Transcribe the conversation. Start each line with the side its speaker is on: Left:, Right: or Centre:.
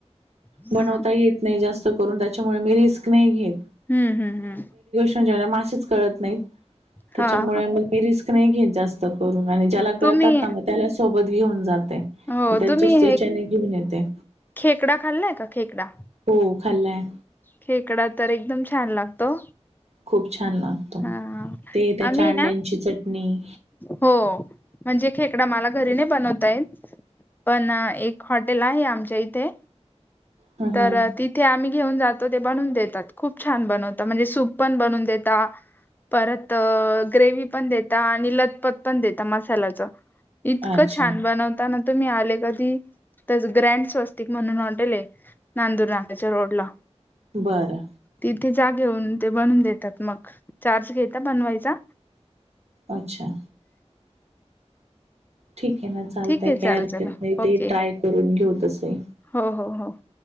Left: ह
Right: बनता येत नाही जास्त करून त्याच्यामुळे मी रिस्क नाही घेत.
Left: हम्म हम्म हम्म.
Right: नाही त्यामुळेीि
Left: हां, हां.
Right: नाही घत. आणि ज्याला कळतात
Left: तुम्ही
Right: ना मग त्याला सोबत घेऊन जाते.
Left: हो,
Right: त्यांच्याच
Left: तुम्ही
Right: त्याच्याने
Left: हे
Right: घेऊन येते.
Left: खेकडा खाल्लाय का खेकडा.
Right: हो खाल्लाय.
Left: खेकडा तर एकदम छान लागतो.
Right: खूप छान लागतो
Left: हां,
Right: ते त्याच्या
Left: आम्ही
Right: अंड्याची
Left: ना
Right: चटणी
Left: हो म्हणजे खेकडा मला घरी नाही बनवता येत पण एक हॉटेल आहे आमच्या इथे
Right: ह
Left: तर
Right: ह
Left: तिथे आम्ही घेऊन जातो ते बनून देतात खूप छान बनवता म्हणजे सूप पण बनून देतात. परत ग्रेव्ही पण देता आणि लतपत पण देता मसाल्याच इतकं
Right: अच्छा
Left: छान बनवता ना. तुम्ही आले कधी तर ग्रँड स्वस्तिक म्हणून एक हॉटेल आहे. नांदूर नाक्याच्या रोडला
Right: बरं
Left: तिथल्या ते जा घेऊन ते बनवून देतात मग चार्ज घेता बनवायचा.
Right: अच्छा. ठीक आहे ना चालतय
Left: ठीक आहे
Right: काय
Left: चालेल
Right: हरकत
Left: चला
Right: नाही ते
Left: ओके
Right: ट्राय करून घेऊ तस आहे.
Left: हो हो हो